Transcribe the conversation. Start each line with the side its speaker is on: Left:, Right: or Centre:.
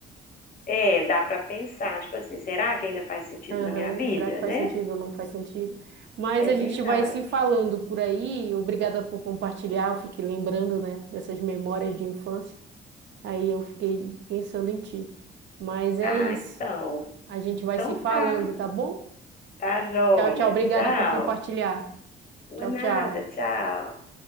Left: É, dá para pensar, tipo assim, será que ainda faz sentido
Right: Aham,
Left: na minha vida,
Right: Será que faz
Left: né?
Right: sentido ou não faz sentido? Mas
Left: É
Right: a gente
Left: verdade.
Right: vai se falando por aí. Obrigada por compartilhar. Eu fiquei lembrando, né, dessas memórias de infância. Aí eu fiquei pensando em ti. Mas é
Left: Ah,
Right: isso.
Left: então.
Right: A gente vai
Left: Então
Right: se falando,
Left: tá.
Right: tá bom?
Left: Tá joia.
Right: Tchau, tchau. Obrigada
Left: Tchau.
Right: por compartilhar.
Left: Por
Right: Tchau,
Left: nada,
Right: tchau.
Left: tchau.